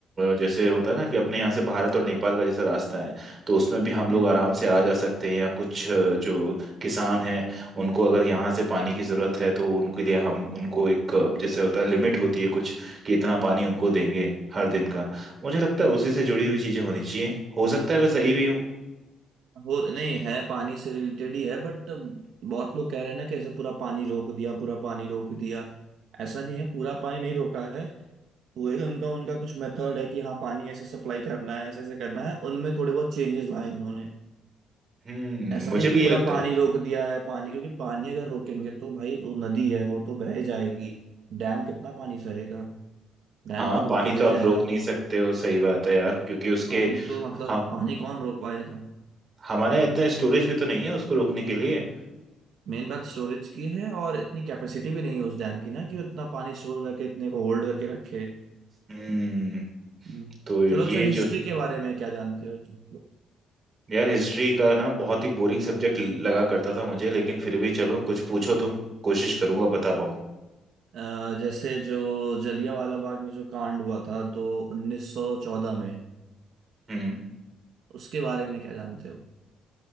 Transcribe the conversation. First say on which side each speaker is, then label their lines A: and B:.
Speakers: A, on the right; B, on the right.
A: जैसे होता है ना कि अपने यहाँ से भारत और नेपाल का जैसे रास्ता है तो उसमें भी हम लोग
B: हम्म
A: आराम से आ जा सकते हैं या कुछ अ, जो किसान हैं उनको अगर यहाँ से पानी की ज़रूरत है तो उनके लिए हम उनको एक अ, जैसे होता है लिमिट होती है कुछ कि इतना पानी उनको देंगे हर दिन का मुझे लगता है उसी से जुड़ी हुई चीज़ें होनी चाहिए हो सकता है मैं सही भी हूँ
B: वो नहीं है पानी से रिलेटेड ही है बट बहुत लोग कह रहे हैं ना कैसे पूरा पानी रोक दिया पूरा पानी रोक दिया ऐसा नहीं है पूरा पानी नहीं रोका है हुए कि उनका उनका कुछ मेथड है कि हाँ पानी ऐसे सप्लाई करना है ऐसे ऐसे करना है उनमें थोड़े बहुत चेंजेस लाए उन्होंने
A: हम्म
B: ऐसा
A: मुझे
B: नहीं
A: भी
B: कि
A: ये
B: पूरा
A: लगता
B: पानी
A: है
B: रोक दिया है पानी क्योंकि पानी अगर रोकेंगे तो भाई वो नदी है वो तो बह जाएगी डैम कितना पानी सहेगा डैम
A: हाँ
B: टूट
A: पानी
B: के गिर
A: तो आप
B: जाएगा
A: रोक नहीं सकते हो सही बात है यार क्योंकि उसके
B: पानी तो मतलब
A: हम
B: पानी कौन रोक पाएगा
A: हमारे यहाँ इतना स्टोरेज भी तो नहीं है उसको रोकने के लिए
B: मेन बात स्टोरेज की है और इतनी कैपेसिटी भी नहीं है उस डैम की ना कि उतना पानी स्टोर करके इतने को होल्ड करके रखे
A: हम्म
B: हम्म।
A: तो ये
B: चलो अच्छा हिस्ट्री
A: जो
B: के बारे में क्या जानते हो तुम
A: यार हिस्ट्री का ना बहुत ही बोरिंग सब्जेक्ट लगा करता था मुझे लेकिन फिर भी चलो कुछ पूछो तुम कोशिश करूंगा बता पाऊं
B: अ, जैसे जो जलियांवाला बाग में जो कांड हुआ था तो 1914 में
A: हम्म
B: उसके बारे में क्या जानते हो